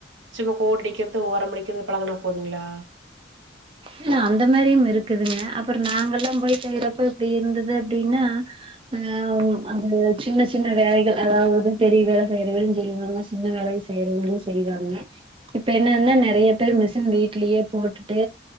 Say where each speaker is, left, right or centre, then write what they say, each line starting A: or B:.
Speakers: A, on the right; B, on the right.
A: சும்மா கோட் அடிக்கிறது ஓரம் மடிக்கிறது பழகுனா போதுங்களா
B: இல அந்த மாரியும் இருக்குதுங்க அப்புறம் நாங்கல்லாம் போயி செய்றப்ப இப்டி இருந்தது அப்டின்னா ஆ அந்த சின்ன சின்ன வேலைகள் அதாவது பெரிய வேல <unintelligible> செய்வோங்க சின்ன வேலை செய்யுரவ்ங்களு செய்வாங்க இப்ப என்னனா நெறைய பேர் மிஷின் வீட்லயே போட்டுட்டு